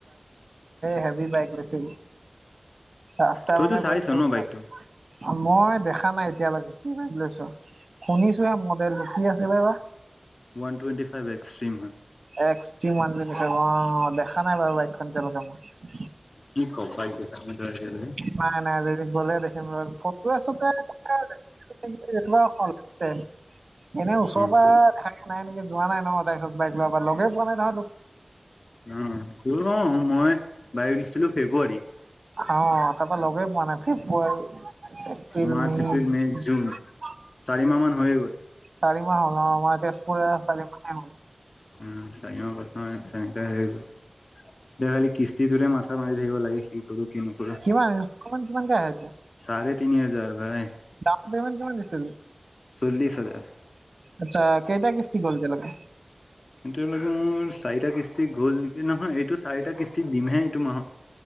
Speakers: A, on the right; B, on the left.
A: হেভি বাইক লৈছিল। ৰাস্তা
B: তইতো
A: মানে
B: চাইছ
A: <unintelligible>
B: ন বাইকটো
A: মই দেখা নাই এতিয়ালৈকে কি বাইক লৈছোঁ। শুনিছো হে মডেলটো কি আছিলে বা?
B: ওৱান টুৱেণ্টি ফাইভ এক্সট্ৰিম হয়।
A: এক্সট্ৰিম ওৱান টুৱেন্টি ফাইভ অ' দেখা নাই বাৰু বাইকখন এতিয়ালৈকে মই।
B: কি ক'ৰ বাইক দেখা নাই এতিয়া লৈকে।
A: নাই নাই যদি গ'লে দেখিম ৰহ ফটোৱে চটোৱে <unintelligible> এনে ওচৰৰ
B: অ
A: পৰা
B: ক
A: থকা নাই নেকি যোৱা নাই নহ তাৰপিছত বাইক লোৱাৰ পৰা লগে পোৱা নাই নহয় তোক।
B: অ'বোলো মই বাইষ আছিলো ফেব্ৰুৱাৰীত
A: অ' তাৰপ পৰা লগেই পোৱা নাই ফেব্ৰুৱাৰী এপ্ৰিল
B: মাৰ্চ,
A: মে
B: এপ্ৰিল, জুন চাৰি মাহ মান হৈ গ'ল।
A: চাৰিমাহ হ'ল আমাৰ তেজপুৰৰে চাৰিমাহে হ'ল।
B: উম, চাৰিমাহ পাঁচমাহ তেনেকে হে দেৱালি কিস্তিটোৰে মাথা মাৰি ধাকিব লাগে কি কৰো কি নকোৰো।
A: কিমান ইনচটললমেন কিমান কে আহে এতিয়া
B: চাৰে তিনি হাজাৰ ভাই।
A: ডাউন পেমেণ্ট কিমান দিছিল?
B: চল্লিছ হাজাৰ।
A: আচ্ছা, কেইটা কিস্তি গ'ল এতিয়া লৈকে।
B: এতিয়ালৈকে মোৰ চাৰিটা কিস্তি গ'ল নেকি, নহয় এইটো চাৰিটা কিস্তি দিমহে এইটো মাহত।